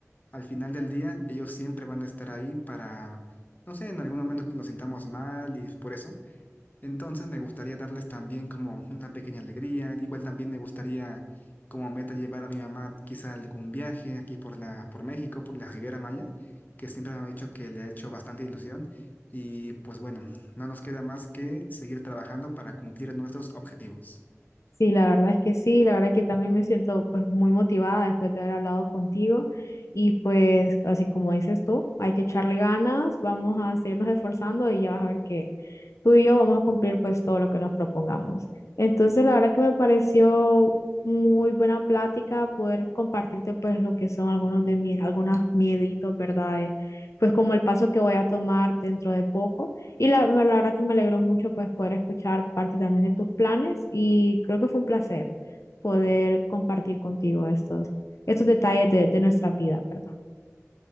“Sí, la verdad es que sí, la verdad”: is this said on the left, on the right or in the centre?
Left